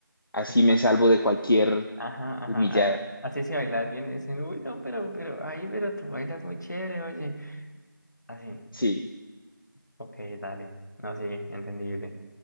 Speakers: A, on the left; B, on the left.
A: Así
B: Epa.
A: me salvo de cualquier
B: Ajá, ajá,
A: humillada.
B: así, así si bailas bien, dicen, uy, no, pero, pero, ay, pero tú bailas muy chévere, oye. Así,
A: Sí.
B: ok, dale. No, sí, entendible.